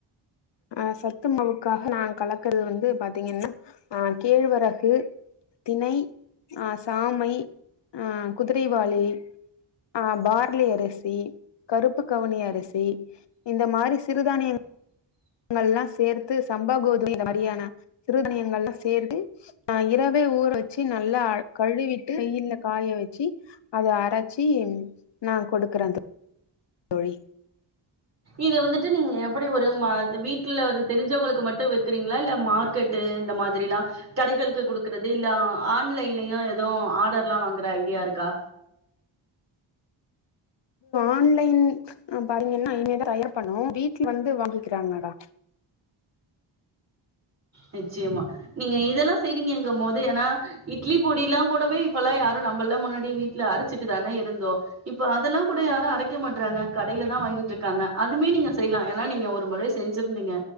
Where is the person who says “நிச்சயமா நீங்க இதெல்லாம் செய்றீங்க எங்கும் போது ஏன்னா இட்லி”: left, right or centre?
Right